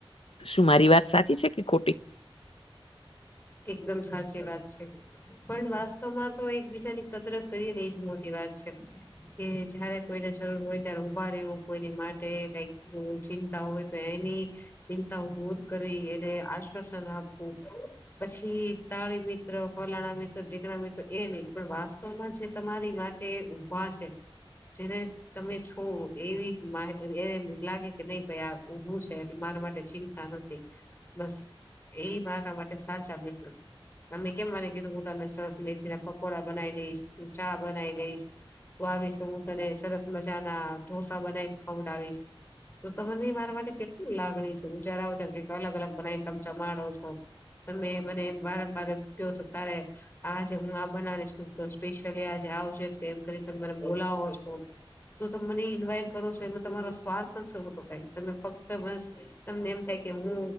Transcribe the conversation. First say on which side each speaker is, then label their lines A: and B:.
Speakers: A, on the left (about 80°); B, on the left (about 20°).
A: શું મારી વાત સાચી છે કે ખોટી?
B: એકદમ સાચી વાત છે. પણ વાસ્તવમાં તો એકબીજાની કદરત કરીએ ને એજ મોટી વાત છે. કે જયારે કોઈને જરૂર હોય ત્યારે ઉભા રહેવું, કોઈની માટે કઈક હો ચિંતા હોય તો, એની ચિંતાઓ દૂર કરી, એને આશ્વાસન આપવું. પછી તાળી મિત્ર, ફલાણા મિત્ર, ઢીકણા મિત્ર એ નહી, પણ વાસ્તવમાં જે તમારી હા તે ઊભા છે, જેને તમે છો, એવી માહે એને લાગે કે નહી ભાઈ આ ઉભું છે, કે મારા માટે ચિંન તાનથી, બસ એ મારા માટે સાચા મિત્રો. તમે કેમ મને કીધું, હું તને સરસ મેથી ના પકોડા બનાવી દઈશ, ચા બનાવી દઈશ. હુ આવીશ તો, હું તને સરસ મજા ના ઢોસા બનાવીને ખવડાવીશ. તો તમને મારા માટે કેટલું લાગણી છે, હું જરા આવું ત્યારે કંઈક અલગ અલગ બનાવીને તમે જમાડો છો. તમે મને વારંવાર કેવો છો, તારે આજે હું આ બનાવીશ, સ્પેશિયલી આજે આવજે, એમ કરીનેને બોલાવો છો. જો તમે મને ઈન્વાઈટ કરો છો એમાં તમારો સ્વાર્થ નથી હોતો કાઈ તમે ફક્ત મસ્ તમને એમ થાય કે હું